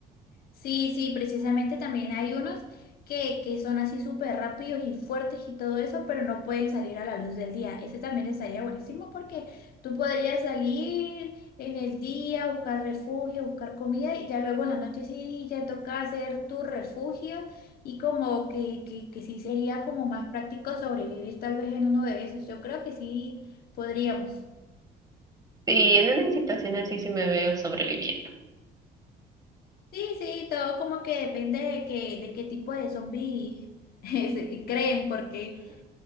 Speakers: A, on the left; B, on the right.
A: Sí, sí, precisamente también hay unos que, que son así súper rápidos y fuertes y todo eso, pero no pueden salir a la luz del día. Ese también estaría buenísimo porque tú podrías salir en el día, buscar refugio, buscar comida y ya luego en la noche sí ya toca hacer tu refugio y como que, que, que sí sería como más práctico sobrevivir tal vez en uno de esos. Yo creo que sí podríamos.
B: Sí, en una situación así sí me veo sobreviviendo.
A: Sí, sí, todo como que depende de, que, de qué tipo de zombie <laughs> creen, porque...